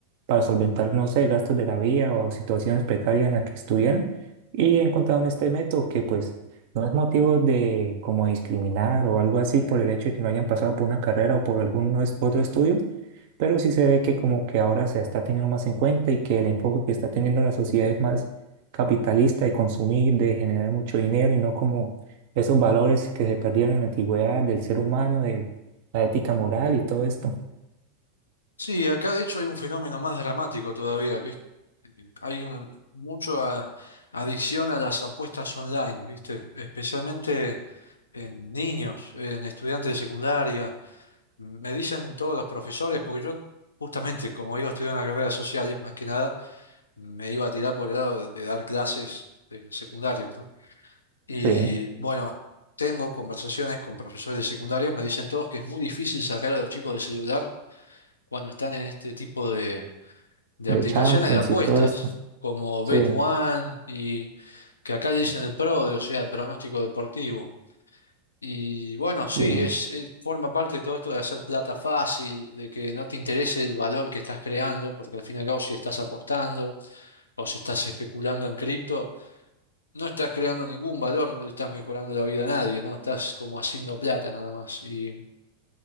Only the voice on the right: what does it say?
para solventar, no sé, gastos de la vía o situaciones precarias en las que estuvieran y encontraron este método que pues no es motivo de como discriminar o algo así por el hecho de que no hayan pasado por una carrera o por algún no es- otro estudio, pero sí se ve que como que ahora se está teniendo más en cuenta y que el enfoque que está teniendo la sociedad es más capitalista de consumir, de generar mucho dinero y no como esos valores que se perdieron en la antigüedad del ser humano, de la ética moral y todo esto.
Sí,
de
Champions
y todo esto.
Sí,
y-